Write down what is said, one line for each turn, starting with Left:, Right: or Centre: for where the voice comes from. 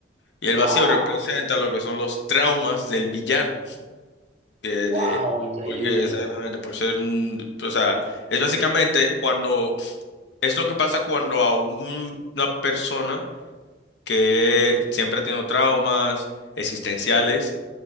Left: Y el
Right: wow,
Left: vacío representa lo que son los traumas del villano, que
Right: wow,
Left: de,
Right: increíble.
Left: porque exactamente, por ser un, o sea, es básicamente cuando es lo que pasa cuando a un- una persona que siempre ha tenido traumas existenciales,